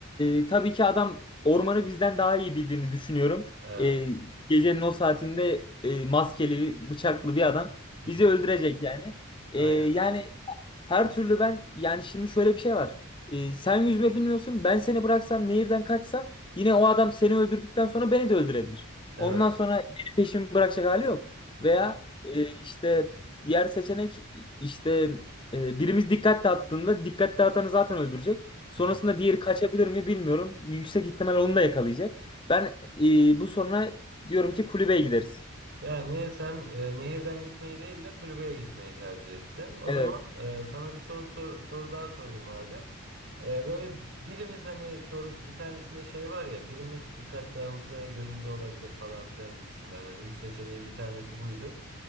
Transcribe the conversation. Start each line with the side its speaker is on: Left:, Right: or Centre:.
Left: e, tabii ki adam ormanı bizden daha iyi bildiğini düşünüyorum.
Right: Evet.
Left: E, gecenin o saatinde e, maskeli, bıçaklı bir adam
Right: Hı hı.
Left: bizi öldürecek yani. E,
Right: Aynen.
Left: yani her türlü ben yani şimdi şöyle bir şey var. Ee, sen yüzme bilmiyorsun. Ben seni bıraksam nehirden kaçsam yine o adam seni öldürdükten sonra beni de öldürebilir.
Right: Evet.
Left: Ondan sonra beni peşimi bırakacak hali yok.
Right: Hı hı.
Left: Veya e, işte diğer seçenek işte e, birimiz dikkat dağıttığında dikkat dağıtanı zaten öldürecek. Sonrasında
Right: Hı hı.
Left: diğeri kaçabilir mi bilmiyorum. Yüksek ihtimal onu da yakalayacak. Ben e, bu sonra diyorum ki kulübeye gideriz.
Right: Yani sen e, nehirden gitmeyi değil de kulübeye gitmeyi tercih ettin. O
Left: Evet.
Right: zaman e, sana bir soru sor- soru daha sorayım abi. E, böyle birimiz hani soru bir tanesinde şey var ya birimiz dikkat dağıtmaya gönüllü olabilir falan filan gibisinden. Hani üç seçeneğin bir tanesi buydu.